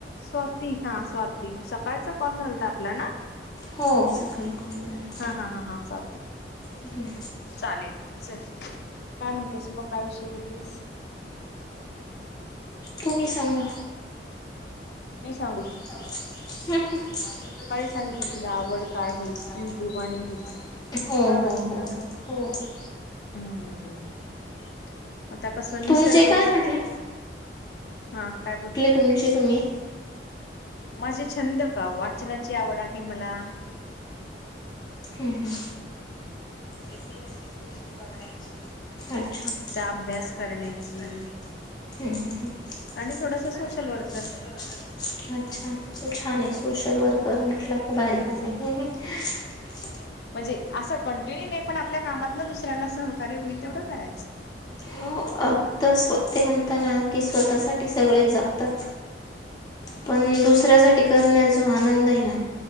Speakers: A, on the left; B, on the left.
A: स्वाती, हा स्वाती सकाळचा कॉल झालता आपला ना.
B: हो. सकाळी कॉल झाला होता.
A: हा हा हा हा स्वाती
B: ह, ह, ह.
A: चालेल चल, काय म्हणतेस मग काय विषय घेतीस?
B: तुम्ही सांगा.
A: मी सांगूत
B: <inaudible> आजू <unintelligible> तर सकाळी
A: सांगितलं
B: सांगितला
A: आवड
B: तुला
A: काय
B: आवडत आहे युट्यूब
A: आणि हेच
B: आणि हो
A: बरोबर
B: -हो -हो <unintelligible> हो- हो
A: हम्म <inaudible> आता कस निसर्ग,
B: तुमचे काय म्हटले
A: हा काय बोल?
B: तुमची तुम्ही.
A: माझे छंद का वाचनाची आवड आहे मला.
B: हम्म -हम्म ऐतिहासिक गोष्टी बघण्याची अच्छा
A: अभ्यास
B: तिचा
A: करण्याची
B: अभ्यास करण्याची. हम्म- हम्म- हम्म
A: आणि थोडस सोशल
B: आणि थोडस
A: वर्कर
B: सोशल वर्क अच्छा छान आहे सोशल वर्कर म्हटला <unintelligible> भारी काम हाय हम्म हम्म <inaudible>
A: म्हणजे असं कंटिन्यू नाही पण आपल्या कामातन दुसऱ्याला सहकार्य होईल तेवढं करायचं.
B: हो आत्ता-स्व ते म्हणताना की स्वतःसाठी सगळेच जपतात. पण दुसऱ्यासाठी करण्यात जो आनंद आहे ना.